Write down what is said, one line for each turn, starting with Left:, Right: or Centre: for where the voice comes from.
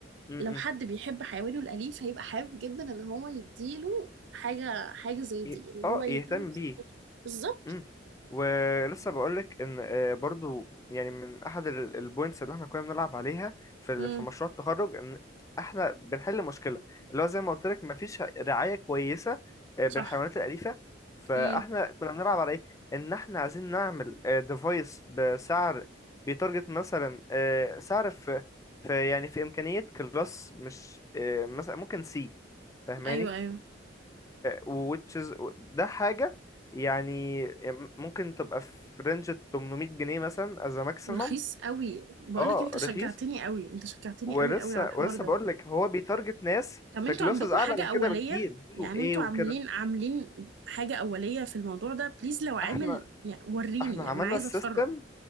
Left: مم.
Right: لو
Left: مم.
Right: حد بيحب حيوانه الأليف هيبقى حابب جدا إن هو يديله حاجة حاجة زي دي
Left: ي-
Right: اللي
Left: اه
Right: هو يهتم
Left: يهتم
Right: بصحته
Left: بيه
Right: بالظبط
Left: مم. ولسه بقولك ان آه، برضو يعني من احد ال- البوينتس اللي احنا كنا بنلعب عليها في ال-
Right: امم
Left: في مشروع التخرج ان احنا بنحل مشكله اللي هو زي ما قلت لك مفيش رعايه كويسه آه، بالحيوانات
Right: صح
Left: الاليفه فاحنا
Right: امم
Left: كنا بنلعب على ايه ان احنا عايزين نعمل ديفايس بسعر بيتارجت مثلا آه، سعر في في يعني في امكانيه كلاس مش آه، مثلا ممكن سي فاهماني
Right: أيوه أيوه
Left: ووتشز ده حاجة يعني ممكن تبقى في رينج 800 جنيه مثلا از ماكسيمم
Right: ورخيص قوي بقول
Left: اه
Right: لك أنت
Left: رخيص
Right: شجعتني قوي أنت شجعتني
Left: ولسه
Right: قوي قوي على الحوار
Left: ولسه
Right: ده
Left: بقول لك هو بيتارجت ناس
Right: طب
Left: في
Right: أنتوا
Left: كلاسز
Right: عندكم
Left: اعلى
Right: حاجة
Left: من
Right: أولية
Left: كده بكتير بي
Right: يعني
Left: واي
Right: أنتوا
Left: وكده
Right: عاملين عاملين حاجة أولية في الموضوع ده بليز لو عامل
Left: احنا
Right: يعني وريني
Left: احنا
Right: يعني
Left: عملنا
Right: أنا عايزة
Left: السيستم
Right: أتفرج